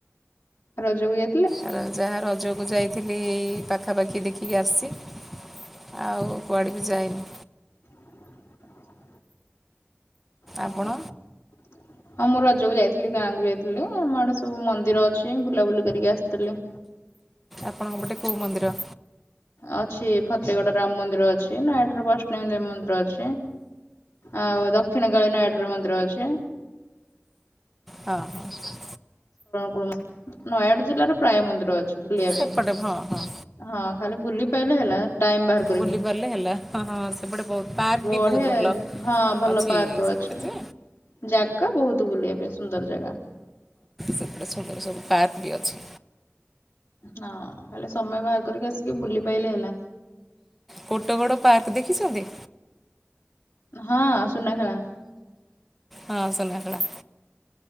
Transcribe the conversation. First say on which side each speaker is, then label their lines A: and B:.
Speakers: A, on the left; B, in the centre.
A: ରଜକୁ ଯାଏ
B: ଆ ଯାହା ରଜକୁ ଯାଇଥିଲି ପାଖାପାଖି ଦେଖିକି ଆସିଚି ଆଉ କୁଆଡେ ବି ଯାଇନି
A: <unintelligible> ହଁ
B: ଆପଣ।
A: ହଁ। ହଁ ମୁଁ ରଜକୁ ଯାଇଥିଲି ଗାଁ କୁ ଯାଇଥିଲି ଆମ ଆଡେ ସବୁ ମନ୍ଦିର ଅଛି ବୁଲାବୁଲି କରିକି ଆସିଥିଲି।
B: ଆପଣଙ୍କ ପଟେ କୋଉ ମନ୍ଦିର?
A: ଅଛି ଫତେଗଡ ରାମ ମନ୍ଦିର ଅଛି ନାୟାଗଡ ବୈଷ୍ଣବୀ ଦେବୀ ମନ୍ଦିର ଅଛି। ଆଉ ଦକ୍ଷିଣକାଳି ନତାଗଡ଼ାର ମନ୍ଦିର ଅଛି।
B: ହଁ ହଁ।
A: କୁଳ ନୟାଗଡ଼ ଜିଲ୍ଲାର ପ୍ରାୟ ମନ୍ଦିର ଅଛି। ବୁଲିବା ପାଇଁ
B: ସେପଟେ ହଁ ହଁ
A: ହଁ ଖାଲି ବୁଲି ପାଇଲେ ହେଲା ଟାଇମ୍ ବାହାର କରିକି
B: ବୁଲିପାରିଲେ ହେଲା ହଁ ହଁ ସେପଟେ ବହୁତ ପାର୍କ
A: ବଢିଆ
B: ବି ବହୁତ ଭଲ
A: ହଁ ଭଲ
B: ଅଛି
A: ପାର୍କ
B: ସେପଟେ
A: ଅଛି।
B: ଯେ
A: ଜାଗା ବହୁତ ବୁଲିବା ପାଇଁ ସୁନ୍ଦର ଜାଗା।
B: ସେପଟା ସୁନ୍ଦର ସବୁ ପାର୍କ ବି ଅଛି।
A: ହଁ ଖାଲି ସମୟ ବାହାର କରିକି ଆସିକି ବୁଲି ପାଇଲେ ହେଲା।
B: କୋଟଗଡ ପାର୍କ ଦେଖିଛନ୍ତି?
A: ହଁ ସୁନାଖେଳା।
B: ହଁ ସୁନାଖଳା।